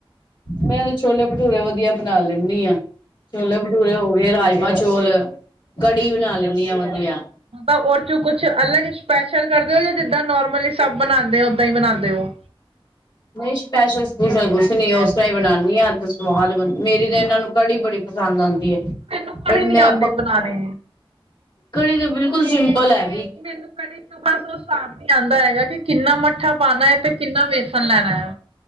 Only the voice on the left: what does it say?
ਮੈਂ ਛੋਲੇ ਭਟੂਰੇ ਵਧੀਆ ਬਣਾ ਲੈਨੀ ਆ ਛੋਲੇ
ਭਟੂਰੇ ਹੋ ਫੇਰ ਰਾਜਮਾਂ ਚੋਲ ਕੜੀ ਬਣਾ ਲੈਂਨੀ ਆ ਵਧੀਆ।
ਨਈ ਸਪੈਸ਼ਲ ਸਪਾਊਸਲ ਕੁਛ ਨੀ ਉਸ ਤਰ੍ਹਾਂ ਈ ਬਣਾਣੀ ਆ ਤੇ ਸਵਾਦ ਮੇਰੀ ਤਾ ਐਨਾ ਨੂੰ ਕੜੀ ਬੜੀ ਪਸੰਦ ਆਂਦੀ ਐ।
ਪਰ
ਮੈਂ
ਅਪ
ਕੜੀ ਤੇ ਬਿਲਕੁਲ ਸਿੰਪਲ ਐ।